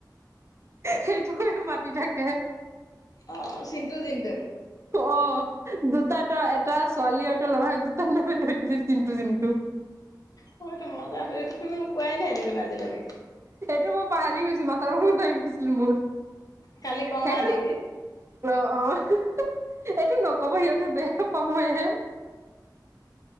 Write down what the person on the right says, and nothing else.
সেইটোকে মাতি থাকে।
অ', দুটা তা, এটা ছোৱালী আৰু এটা ল'ৰা হয়, দুটাৰ নামে থৈ দিছে চিন্টু, জিন্টু।
ত' মই পাহাৰি গৈছো, মাথাৰ প ওলাই গৈছিল মোৰ।
সেইটো,
অ', অ'। এইটো নকব সিহঁতে বেয়া সময়েহে।